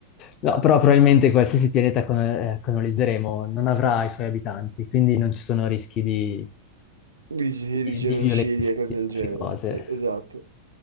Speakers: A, on the left; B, on the right.
A: No, però probabilmente qualsiasi pianeta con- eh, colonizzeremo non avrà i suoi abitanti, quindi non ci sono rischi di,
B: Di,
A: di,
B: di genocidi
A: di violenza
B: e
A: e
B: cose
A: di
B: del
A: altre
B: genere,
A: cose.
B: sì, esatto.